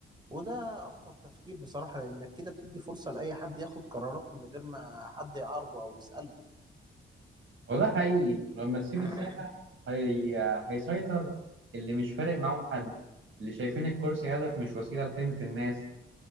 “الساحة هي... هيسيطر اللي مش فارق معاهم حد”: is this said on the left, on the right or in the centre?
Right